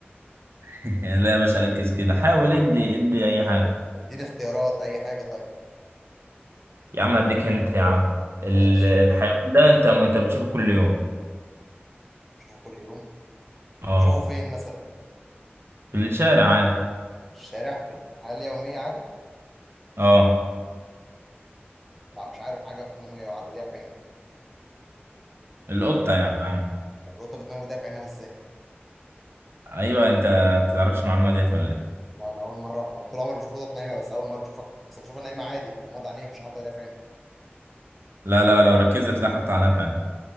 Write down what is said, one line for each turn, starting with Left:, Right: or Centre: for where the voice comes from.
Right: <laughs> لا يا باشا ركز كده حاول ادي ادي أي حاجة
Centre: طب اديني اختيارات اي حاجة طيب
Right: يا عم أديك أنت يا عم ال-
Centre: ماشي
Right: الحيوان ده أنت أنت بتشوفه كل يوم
Centre: شوفه كل يوم
Right: اه
Centre: طب اشوفه فين مثلا
Right: في الشارع عادي
Centre: الشارع في في الحياه اليوميه عادي
Right: اه
Centre: لا مش عارف حاجه بتنام وهي- ايديها في عينها
Right: القطة يا عم
Centre: طب القطه بتنام وإيديها في عينها ازاي
Right: ايوه انت تعرفش المعلومه ديت ولا ايه
Centre: لا انا اول مره أنا طول عمري بشوف قطط نايمه بس اول مره بشوفها بس بشوفها نايمه عادي مغمضه عينيها مش حاطه ايديها في عينها
Right: لا لا لو ركزت هتلاقي حط عنها فعلا